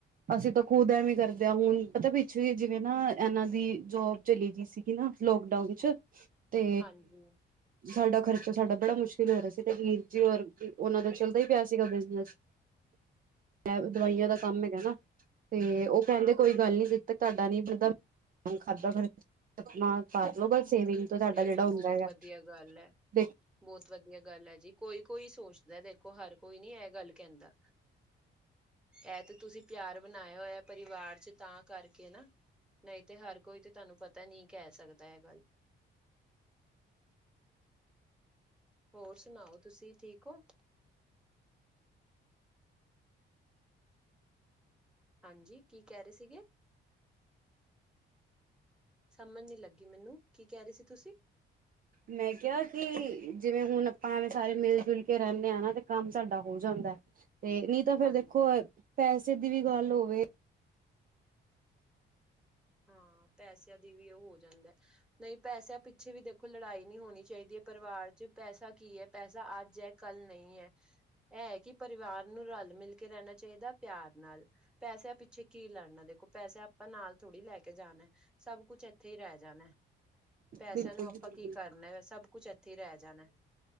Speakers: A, on the right; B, in the centre.
A: ਅਸੀਂ ਤਾਂ ਖੁਦ ਐਵੇਂ ਕਰਦੇ ਆ, ਹੁਨ ਪਤਾ ਪਿੱਛੋਂ ਈ ਜਿਵੇਂ ਨਾ ਏਨਾਂ ਦੀ ਜੋਬ ਚਲੀ ਗੀ ਸੀਗੀ ਨਾ ਲੋਕਡਾਊਨ ਚ ਤੇ
B: ਹਾਂਜੀ
A: ਸਾਡਾ ਖਰਚਾ ਸਾਡਾ ਬੜਾ ਮੁਸ਼ਕਿਲ ਹੋ ਰਿਆ ਸੀ, ਤੇ ਵੀਰ ਜੀ ਔਰ ਓਹਨਾਂ ਦਾ ਚੱਲਦਾ ਈ ਪਿਆ ਸੀਗਾ ਬਿਜਨਸ। ਐਵ ਦਵਾਈਆਂ ਦਾ ਕੰਮ ਹੈਗਾ ਨਾ, ਤੇ ਓਹ ਕੈੰਦੇ ਕੋਈ ਗੱਲ ਨੀ ਜਦ ਤੱਕ ਤਾਡਾ ਨੀ ਬਣਦਾ ਹੋਣ ਖਾਦਾ ਭਰ, ਅਪਣਾ ਕਰਲੋ ਬਈ ਸੇਵਿੰਗ ਤੋਂ ਤਾਡਾ
B: ਇਹ
A: ਜੇੜਾ ਹੁੰਦਾ ਹੈਗਾ।
B: ਗੱਲ ਐ।
A: ਦੇਖ
B: ਬੌਤ ਵਧੀਆ ਗੱਲ ਐ ਜੀ, ਕੋਈ ਕੋਈ ਸੋਚਦੈ ਦੇਖੋ ਹਰ ਕੋਈ ਨੀ ਐਹ ਗੱਲ ਕੈੰਦਾ। ਐ ਤੇ ਤੁਸੀਂ ਪਿਆਰ ਬਣਾਇਆ ਹੋਇਐ ਪਰਿਵਾਰ ਚ ਤਾਂ ਕਰਕੇ ਨਾ। ਨਹੀਂ ਤੇ ਹਰ ਕੋਈ ਤੇ ਤੁਐਨੂੰ ਪਤੈ ਨੀ ਕੈਹ ਸਕਦਾ ਐਹ ਗੱਲ। ਹੋਰ ਸੁਣਾਓ, ਤੁਸੀਂ ਠੀਕ ਓ? ਹਾਂਜੀ, ਕੀ ਕੈ ਰੇ ਸੀਗੇ? ਸਮਝ ਨੀ ਲੱਗੀ ਮੈਨੂੰ, ਕੀ ਕੈ ਰੇ ਸੀ ਤੁਸੀਂ?
A: ਮੈਂ ਕਿਆ ਕਿ ਜਿਵੇਂ ਹੁਣ ਅਪਾਂ ਐਵੇਂ ਸਾਰੇ ਮਿਲ-ਜੁਲ ਕੇ ਰੈਣੇ ਆਂ ਨਾ, ਤੇ ਕੰਮ ਸਾਡਾ ਹੋ ਜਾਂਦੈ। ਏਹ ਨੀ ਤਾਂ ਫੇਰ
B: ਹਾਂਜੀ।
A: ਦੇਖੋ ਪੈਸੇ ਦੀ ਵੀ ਗੱਲ ਹੋਵੇ
B: ਹਾਂ, ਪੈਸਿਆਂ ਦੀ ਵੀ ਓਹ ਹੋ ਜਾਂਦੈ। ਨਹੀਂ, ਪੈਸਿਆਂ ਪਿੱਛੇ ਵੀ ਦੇਖੋ ਲੜਾਈ ਨੀ ਹੋਣੀ ਚਾਈਦੀ ਐ ਪਰਿਵਾਰ ਚ, ਪੈਸਾ ਕੀ ਐ। ਪੈਸਾ ਅੱਜ ਐ, ਕੱਲ ਨਹੀਂ ਐ। ਐਹ ਐ ਕਿ ਪਰਿਵਾਰ ਨੂੰ ਰਲ-ਮਿਲ ਕੇ ਰੈਣਾ ਚਾਈਦੈ ਪਿਆਰ ਨਾਲ। ਪੈਸਿਆਂ ਪਿੱਛੇ ਕੀ ਲੜਨਾ, ਦੇਖੋ ਪੈਸਾ ਆਪਾਂ ਨਾਲ ਥੋੜੀ ਲੈ ਕ ਕੇ ਜਾਣੈ ਸਭ ਕੁਛ ਐਥੇ ਈ ਰੈਹ ਜਾਣੈ। ਪੈਸਿਆਂ
A: ਬਿਲਕੁਲ
B: ਨੂੰ
A: ਜੀ
B: ਆਪਾਂ
A: ਬਿਲਕੁਲ
B: ਕੀ ਕਰਨੈ, ਸਭ ਕੁਛ ਐਥੇ ਈ ਰੈਹ ਜਾਣੈ।